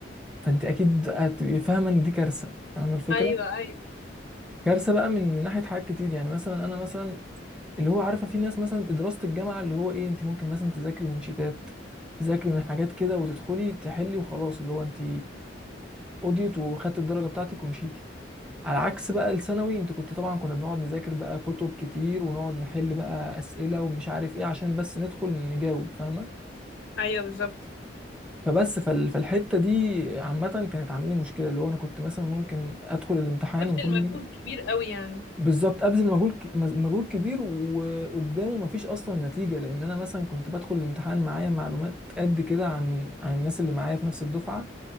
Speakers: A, in the centre; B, on the left (about 85°).
A: فانت اكيد هتبقي فاهمه ان دي كارثه فاهمه الفكره
B: ايوه ايوه
A: كارثه بقى من من ناحيه حاجات كتير يعني مثلا انا مثلا اللي هو عارفه في ناس مثلا دراسه الجامعه اللي هو ايه انت ممكن مثلا تذاكري من شيتات تذاكري من حاجات كده وتدخلي تحلي وخلاص اللي هو انت قضيت وخدت الدرجه بتاعتك ومشيتي على عكس بقى الثانوي انت كنت طبعا كنا بنقعد نذاكر بقى كتب كتير ونقعد نحل بقى اسئله ومش عارف ايه عشان بس ندخل نجاوب فاهمه
B: ايوه بالظبط
A: فبس فال... فالحته دي عامه كانت عامله لي مشكله اللي هو انا كنت مثلا ممكن ادخل الامتحان
B: بذل
A: المفروض
B: مجهود
A: ان أنا
B: كبير قوي يعني
A: بالظبط ابذل مجهود ك... مز- مجهود كبير وقدامه مفيش اصلا نتيجه لان انا مثلا كنت بدخل الامتحان معايا معلومات قد كده عن عن الناس اللي معايا في نفس الدفعه